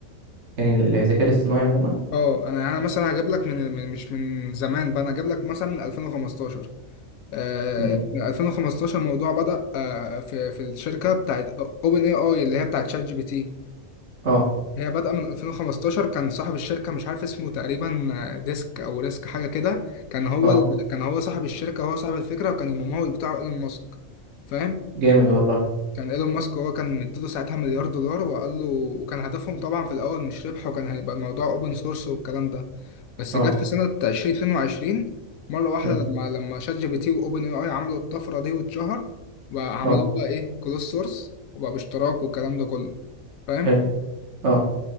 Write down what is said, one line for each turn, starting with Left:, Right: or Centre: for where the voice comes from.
Right: يعني الذكاء الاصطناعي عموما
Left: اه انا يعني انا مثلا هجيب لك من من- مش من زمان بقى انا هجيب لك مثلا من 2015 آه،
Right: امم
Left: من 2015 الموضوع بدأ آه، في في الشركة بتاعت اوبن اي اي اللي هي بتاعت شات جي بي تي
Right: اه
Left: هي بدأ من 2015 كان صاحب الشركة مش عارف اسمه تقريبا آه، ديسك او ريسك حاجة كده كان هو
Right: اه
Left: ال- كان هو صاحب الشركة هو صاحب الفكرة وكان الممول بتاعه ايلون ماسك فاهم
Right: جامد والله
Left: كان ايلون ماسك هو كان مديله ساعتها مليار دولار وقال له وكان هدفهم طبعا في الاول مش ربح وكان هيبقى الموضوع اوبن سورس والكلام ده بس
Right: اه
Left: جت في سنة 2022 مرة واحدة
Right: امم
Left: لما لما شات جي بي تي وأوبن أي آي عملوا الطفرة دي واتشهر وعملوه
Right: اه
Left: بقى إيه كلوز سورس وبقى باشتراك والكلام ده كله فاهم؟
Right: حلو اه